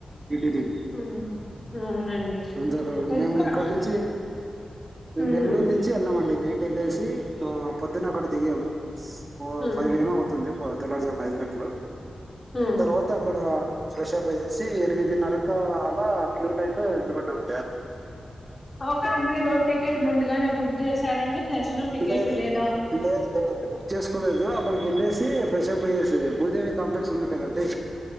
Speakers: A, on the right; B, on the left.
A: టిటిడి ది
B: ఉమ్, అవునండి
A: అంతే కాబట్టి
B: ఎక్కడ
A: మేము ఇక్కడ నుంచి మేము
B: ఉమ్,
A: బెంగళూరు నుంచి వెన్నమండి నైట్ వెళ్ళేసి పొద్దున్న అక్కడ దిగాము. ఫోర్
B: ఉమ్,
A: ఫైవ్ ఏమో అవుతుంది పో తెల్లరుజామున ఐదు గంటలు
B: ఉమ్.
A: తర్వాత అక్కడ ఫ్రెష్ప్ అయ్యేసి, ఎనిమిదిన్నరక అలా క్యూలైన్ లో నిలబడ్డామ్
B: ఓకే మీరు టికెట్ ముందుగానే బుక్ చేసారండి. దర్శనం టికెట్
A: లేదు
B: లేదా
A: లేదు లేదండి. బుక్ చేసుకోలేదు. అప్పడికీ వెళ్లేసి ఫ్రెష్ప్ పోయేసి భూదేవి కాంప్లెక్స్ ఉంది కదండి.